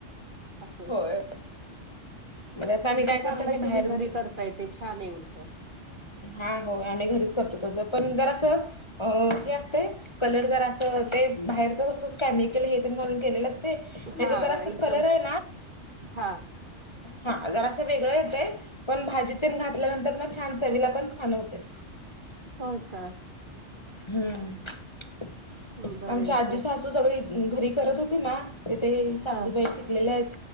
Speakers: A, on the right; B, on the left.
A: अस उलट
B: होय मग त्यात आम्ही काय
A: चांगलंय
B: करतो मी बाहेर
A: तुम्ही घरी करता. ताई ते छान आहे उलटं.
B: हा हो आम्ही घरीच करतो त्याचं पण जरासं. अ हे असतंय कलर जरासं ते बाहेरच कस अस केमिकल हे तेन घालून केलेलं अस.
A: हा
B: जर असं
A: एकदम
B: कलर आहे.
A: हा
B: हा जर असं वेगळं पण हे भाजीतन घातल्यानंतर छान चवीला लागते.
A: होय का?
B: हम्म. सासू
A: बरं
B: आमच्या
A: आहे आपलं
B: आजीसासु सगळे. घरी करत होती. ना तिथे सासूबाई
A: हा
B: शिकलेल्या आहेत.